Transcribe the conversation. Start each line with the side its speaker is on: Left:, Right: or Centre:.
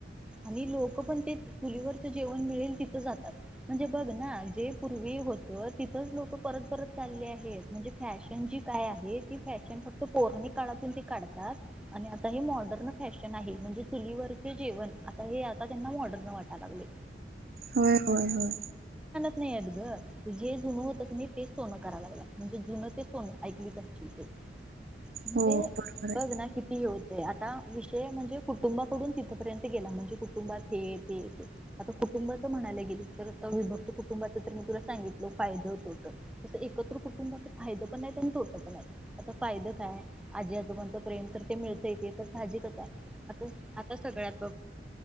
Centre: आणि लोक पण ते चुलीवरच जेवण मिळेल तिथं जातात म्हणजे बघ ना जे पूर्वी होत तिथंच लोक परत परत चालले आहेत म्हणजे फॅशन जी काय आहे ती फॅशन फक्त पौराणीिक काळातून ते काढतात आणि आता हे मॉडर्न फॅशन आहे म्हणजे चुलीवरचे जेवण आता हे आता त्यांना मॉडरन वाटा लागलय.
Right: होय होय होय.
Centre: नाही अगं जे जुनं होतच नाही ते सोनं कराय लागला म्हणजे जुनं ते सोन ऐकली पाहिज म्हणजे
Right: हो बरोबर आहे
Centre: लगना किती होत ते आता विषय म्हणजे कुटुंबाकडून तिथपर्यंत म्हणजे कुटुंात हे आता कुटुंबाच म्हणायला गे तर विभक्त कुटुंबाच तर मी तुला सांगितल फायद तोट एकत्र कुटुंबा फाय पण नाही आणि तोटं पण आहे आता फायद काय आजी आजोबणच प्रेम तर ते मिळत येते तर साजिकच आहे आता सगळ्यात